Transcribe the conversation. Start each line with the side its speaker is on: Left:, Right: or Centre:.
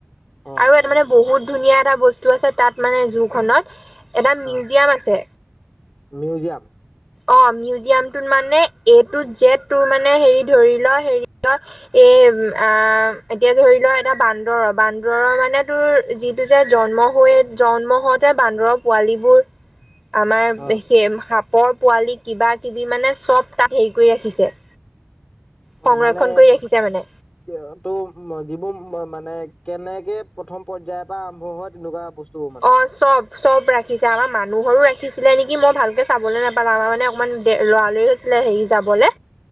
Left: অ
Centre: আৰু এটা
Left: অ
Centre: মানে বহুত ধুনীয়া এটা বস্তু টো আছে, তাত মানে জোৰখনত এটা মিউজিয়াম
Left: অ
Centre: আছে।
Left: মিউজিয়াম
Centre: অ', মিউজিয়ামটোত মানে এটো জেদ টুৰ মানে হেৰি ধৰি ল হেৰি এ, আ, এতিয়া ধৰি লোৱা এটা বান্দৰ বান্দৰ মানে তোৰ যিটো যে জন্ম হৈ জন্ম হওঁতে বান্দৰৰ পোৱালীবোৰ আমাৰ
Left: অ
Centre: সেই সাপৰ পোৱালি কিবা কিবি মানে চব তাক হেৰি কৰি ৰাখিছে। সংৰক্ষণ
Left: অ', মানে
Centre: কৰি ৰাখিছে মানে
Left: কে তো যিবোৰ মানে কেনেকে প্ৰথম পৰ্যায়ত বা আৰম্ভ হয়। তেনেকুৱা বস্তু মানে
Centre: অ চব চব ৰাখিছে। আমাৰ মানুহৰো ৰাখিছিলে নেকি, মই ভালকে চাবলৈ নাপালো আমাৰ মানে অকণমান দে ল'ৰালৰি হেৰি যাবলে